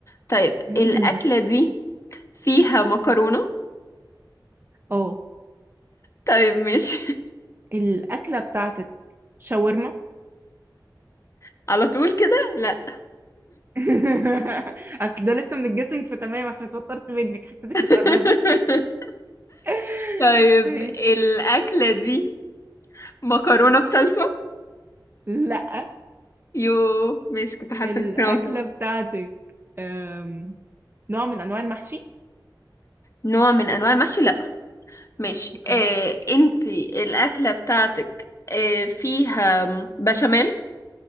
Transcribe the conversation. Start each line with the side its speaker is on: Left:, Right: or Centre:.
Left: طيب
Right: <laughs>
Left: الاكلة دي فيها مكرونة
Right: اه
Left: طيب ماشي
Right: الأكلة بتاعتك شاورما
Left: <laughs> على طول كده لا
Right: <laughs> اصل ده لسه من الجيسنج فتمام عشان اتوترت منك حسيتك بتقربي
Left: <laughs>
Right: <laughs>
Left: طيب الأكلة دي مكرونة بصلصة
Right: لا
Left: يو ماشي كنت حاسة
Right: الأكلة
Left: انك ممكن اوصل.
Right: بتاعتك أم، نوع من أنواع المحشي
Left: نوع من انواع المحشي لا ماشي
Right: اوكي
Left: إيه انتي الاكله بتاعتك إيه فيها بشاميل